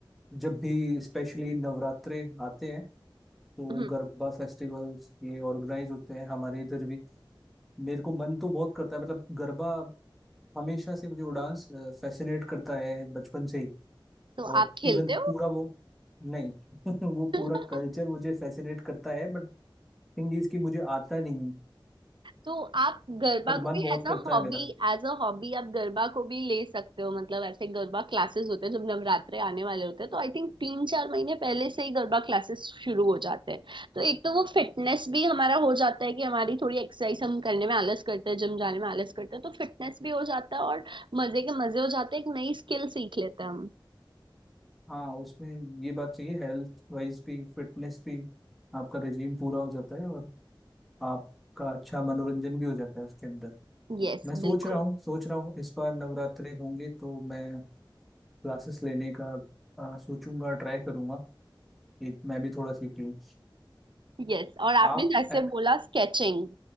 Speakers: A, in the centre; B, on the right (about 65°).
A: जब भी स्पेशली नवरात्रे आते हैं तो
B: हम्म,
A: गरबा फेस्टिवल्स ये ऑर्गेनाइज होते हैं हमारे इधर भी मेरे को मन तो बहुत करता है मतलब गरबा हमेशा से मुझे वो डांस फैसिनेट करता है बचपन से ही
B: तो
A: और
B: आप खेलते
A: इवन
B: हो
A: पूरा वो नहीं <laughs> वो
B: <laughs>
A: पूरा कल्चर मुझे फैसिनेट करता है बट थिंग इज कि मुझे आता नहीं
B: तो आप गरबा
A: बट
B: को
A: मन
B: भी
A: बहुत
B: as
A: करता
B: a hobby
A: है मेरा
B: as a hobby आप गरबा को भी ले सकते हो मतलब ऐसे गरबा क्लासेस होते हैं जब नवरात्रे आने वाले होते हैं तो आई थिंक तीन चार महीने पहले से ही गरबा क्लासेस शुरू हो जाते हैं तो एक तो वो फिटनेस भी हमारा हो जाता है कि हमारी थोड़ी एक्सरसाइज हम करने में आलस करते हैं जिम जाने में आलस करते हैं तो फिटनेस भी हो जाता है और मजे के मजे हो जाते हैं एक नई स्किल सीख लेते हैं हम
A: हाँ उसमें ये बात चाहिए हेल्थ वाइज भी फिटनेस भी आपका रिजीम पूरा हो जाता है और आपका अच्छा मनोरंजन भी हो जाता है उसके अंदर
B: यस
A: मैं सोच
B: बिल्कुल
A: रहा हूँ सोच रहा हूँ इस बार नवरात्रे होंगे तो मैं क्लासेस लेने का आ, सोचूंगा ट्राई करूंगा कि मैं भी थोड़ा सीख लूँ
B: यस और आपने
A: आप
B: जैसे
A: अ,
B: बोला स्केचिंग